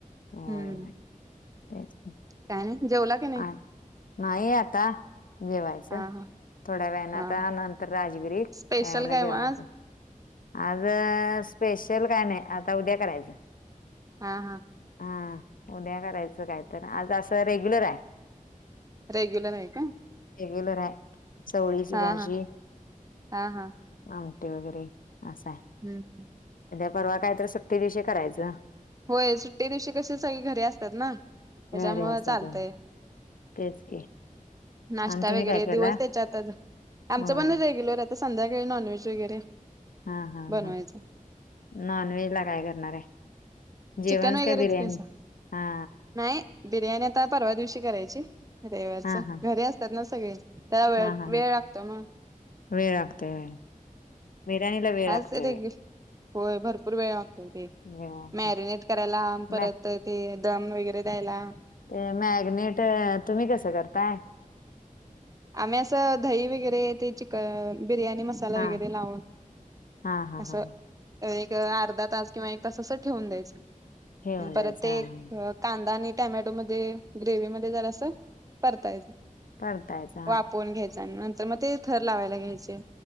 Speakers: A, on the left (about 75°); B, on the right (about 25°).
A: व्हय
B: हम्म
A: व्हय तेच की.
B: काय नाही जेवला की नाही
A: आ नाही आता जेवायचं.
B: हा हा
A: थोड्या वेळानं आता
B: हा हा
A: नंतर राजवीर येईल
B: स्पेशल
A: त्यावेळेला
B: काय मग
A: जेवायचं.
B: आज
A: आज स्पेशल काय नाही आता उद्या करायचं.
B: हा हा.
A: हा उद्या करायचं काय तर आज असं रेग्युलर हाय.
B: रेग्युलर आहे काय.
A: रेग्युलर हाय चवळीची
B: हा
A: भाजी.
B: हा हा हा
A: आमटी वगैरे अस आहे
B: हम् हम्.
A: उद्या परवा काय तर सुट्टी दिवशी करायचं.
B: व्हय सुट्टी दिवशी कशी सगळी घरी असतात ना त्याच्यामुळ
A: घरी असता
B: चालतय.
A: तुम्ही तेच की
B: नाश्ता
A: आणि तुम्ही
B: वगैरे
A: काय केला
B: दिवस त्याच्यातच आमचं
A: होय
B: पण रेग्युलर तर संध्याकाळी नॉनव्हेज वगैरे.
A: हा हा
B: बनवायचं
A: हा नॉन व्हेज ला काय करणार आहे. जेवणच
B: चिकन वगैरेच
A: काय बिर्याणी
B: की असं
A: हा
B: नाही बिर्याणी आता परवा दिवशी करायची रविवारच
A: हा
B: घरी
A: हा
B: असतात ना सगळे. त्या वेळ
A: हा हा
B: वेळ
A: हा
B: लागतो ना.
A: वेळ लागतोय व्हय बिर्याणीला वेळ लागतोय
B: आज रेग्यु
A: व्हय.
B: होय भरपूर वेळ वागतोय की
A: वेळ लागतोय
B: मॅरिनेट करायला परत
A: नाही
B: तर ते दम वगैरे द्यायला
A: ते मॅग्नेट तुम्ही कसं करताय.
B: आम्ही असं दही वगैरे ते चिकन बिर्याणी मसा मसाला
A: हां,
B: वगैरे लावून
A: हां, हां,
B: अस
A: हां, हां.
B: एक अर्धा तास किंवा एक तास असं ठेवून द्यायचं
A: ठेवून
B: परत
A: द्यायचं
B: ते
A: हां,
B: अ
A: हां.
B: कांदा आणि टामॅटोमध्ये ग्रेवीमध्ये जरा असं परतायचं.
A: परतायचा.
B: वाफुन घ्यायचा आणि नंतर मग ते थर लावायला घ्यायचे.